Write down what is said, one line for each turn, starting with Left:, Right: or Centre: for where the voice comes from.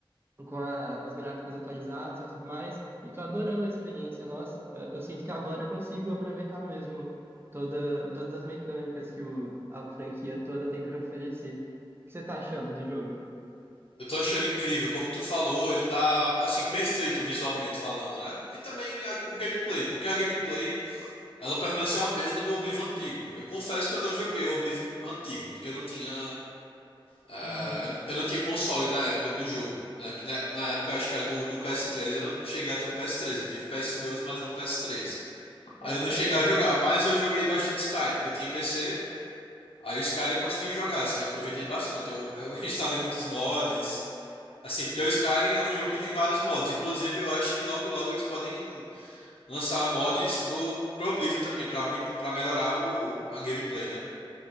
Right: com a- os gráficos atualizados e tudo mais, e tô adorando a experiência, nossa. Eu, eu sinto que agora eu consigo aproveitar mesmo toda, todas as mecânicas que o, a franquia toda tem para oferecer. O que você tá achando do jogo?
Left: eu tô achando incrível. Como tu falou, ele tá, assim, perfeito visualmente falando, né? E também a- o gameplay, porque a gameplay, ela permaneceu a mesma do Oblivion antigo. Eu confesso que eu não joguei o Oblivion antigo, porque eu não tinha Ah,
Right: Uhum.
Left: eu não tinha console na época do jogo. né, que na, na época eu acho que era do, do PS3. Eu não cheguei a ter um PS3. Eu tive PS2, mas não PS3. Aí
Right: É,
Left: eu
Right: eu
Left: não
Right: também
Left: cheguei a
Right: não.
Left: jogar, mas eu joguei bastante Skyrim, que eu tinha PC. Aí o Skyrim eu consegui jogar, assim, aproveitei bastante. Eu, eu <laughs> instalei muitos mods, assim, porque o Skyrim é um jogo que tem vários mods. Inclusive, eu acho que logo logo eles podem lançar mods pro, pro Oblivion também, pra, aumentar- pra melhorar o, a gameplay, né?